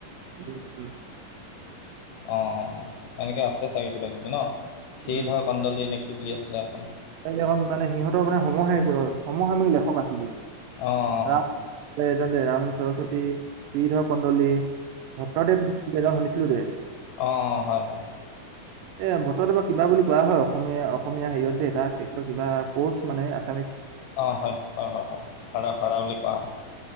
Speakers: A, on the right (about 80°); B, on the left (about 75°).
A: উম উম
B: অ অ অ এনেকে আছে চাগে কিবা কিবি ন চ্ৰীধৰ
A: উম।
B: কন্দলি নেকি বুলি আছিলে এখন
A: <unintelligible> সিহঁতৰ মানে <unintelligible> সমসাময়ী লেখক আছিলে।
B: অঁ অঁ
A: ৰাম
B: অঁ
A: এইজনযে ৰাম সৰস্বতী শ্ৰীধৰ কন্দলী ভট্টদেৱ এজন শুনিছিলো দে
B: অ অ হয় হয় হয়
A: এ ভট্টদেৱক কিবা বুলি কোৱা হয় অসমীয়া অসমীয়া হেৰিয়ত দে তাক তেখেতৰ কিবা পষ্ট মানে আছে
B: অ হয় হয় হয় হয় ভাড়া ভাড়া বুলি কোৱা হয়